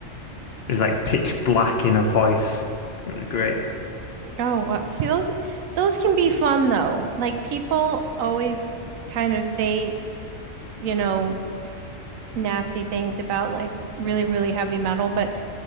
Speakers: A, on the left; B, on the right.
A: was like pitch black in a voice. It was great.
B: Oh, well, see those those can be fun though. Like people always kind of say, you know, <sighs> nasty things about like really, really heavy metal, but